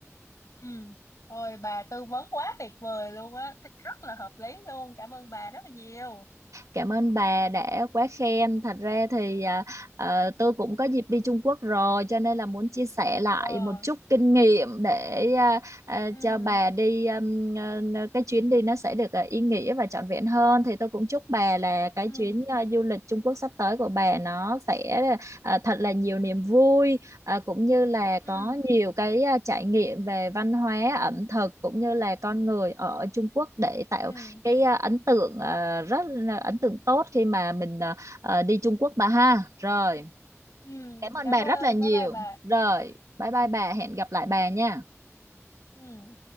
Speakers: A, on the left; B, on the right.
A: Ừ. Ôi bà tư vấn quá tuyệt vời luôn á, Thích- rất là hợp lý luôn. Cảm ơn bà rất là nhiều.
B: Cảm ơn bà đã quá khen. Thật ra thì à, ờ, tôi cũng có dịp đi Trung Quốc rồi cho nên là muốn chia sẻ lại
A: Ờ.
B: một chút kinh nghiệm để à, à,
A: Ừ.
B: cho bà đi um, ờ, cái chuyến đi nó sẽ được à, ý nghĩa và trọn vẹn hơn. Thì tôi cũng chúc bà là cái
A: Ừ.
B: chuyến à, du lịch Trung Quốc sắp tới của bà nó sẽ à, thật là nhiều niềm vui à, cũng như là có
A: Ừ.
B: nhiều cái à, trải nghiệm về văn hóa, ẩm thực cũng như là con người ở Trung Quốc để tạo
A: Ừ.
B: cái à, ấn tượng à, rất là ấn tượng tốt khi mà mình à, à, đi Trung Quốc bà ha rồi
A: Ừ.
B: cảm ơn
A: Cảm
B: bà
A: ơn.
B: rất là nhiều
A: Bye bye bà.
B: rồi bye
A: Ừ.
B: bye bà hẹn gặp lại bà nha
A: Ừ.